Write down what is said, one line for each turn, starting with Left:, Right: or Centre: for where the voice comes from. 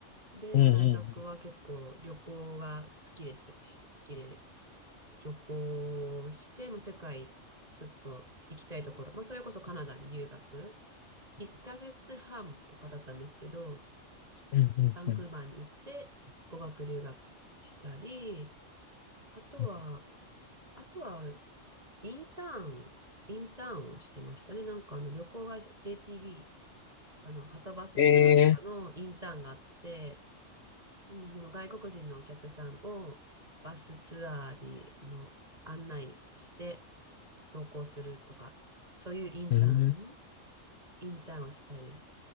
Right: で、
Left: うん、うん、
Right: 大学は結構旅行が好きでした、して好きで旅行して、まあ、世界ちょっと行きたいところ、まあ、それこそカナダに留学、1ヶ月半とかだったんですけど、
Left: うん、うん、
Right: バンクーバーに行って語学留学したり、
Left: うん。
Right: あとは、
Left: うん
Right: あとはインターン、インターンをしてましたね。なんかあの旅行会社 JTB とかのはたバスツアーとかのインターンがあって、
Left: ええ
Right: うん、その外国人のお客さんをバスツアーにあの案内して同行するとか、そういうインターン、
Left: うん、
Right: インターンをしたり